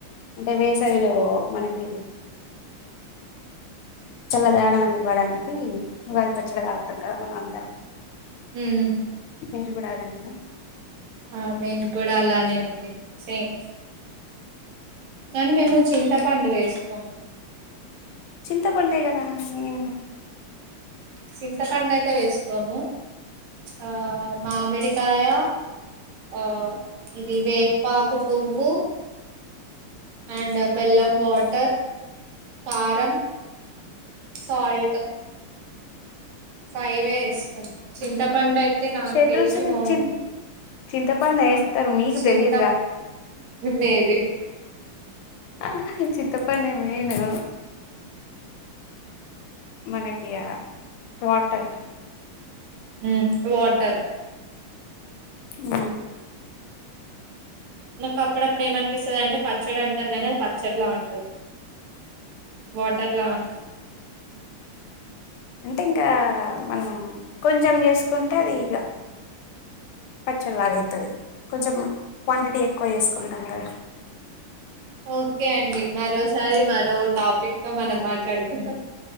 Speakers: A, on the left; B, on the right.
A: అంటే వేసవిలో మనకి చల్లదానాన్నీ ఇవ్వడానికి ఉగాది పచ్చడ తాగుతాం కదా మనం అందరం
B: ఉహ్
A: మీరు కూడా అలాగేనా
B: ఆ మేము కూడా అలానేనండి సేమ్ కానీ మేము చింతపండు వేసుకోము
A: చింత పండే కదా నేను
B: చింతపడు అయితే వేసుకోము ఆ మామిడికాయ ఆ ఇవి వేపాకు పువ్వు యండ్ బెల్లం వాటర్ కారం సాల్ట్ ఫై వేసుకుంటాం చింతపండు అయి అయితే నాకు
A: షెడ్
B: తెలిసి
A: రుచులు
B: మమీ
A: చి చింతపండు వేస్తారు
B: ఆ
A: మీకు
B: చింత
A: తెలియదు
B: మేబి
A: ఆ హ చింతపండే మేయాను మనకి ఆ వాటర్
B: ఉహ్ వాటర్
A: ఉ
B: నాకు అప్పుడప్పుడు ఏమనిపిస్తది అంటే పచ్చడి అంటారు కానీ అది పచ్చడిలా ఉండదు వాటర్ లా ఉంటది
A: అంటే ఇంక మనం కొంచెం చేసుకుంటే అది ఇగ పచ్చడ్లగైతది కొంచెం క్వాంటిటీ ఎక్కువ చేేసుకున్నాం అందాస్
B: ఒకె అండి మరోసారి మరో టాపిక్ తో మనం మాట్లాడుకుందాం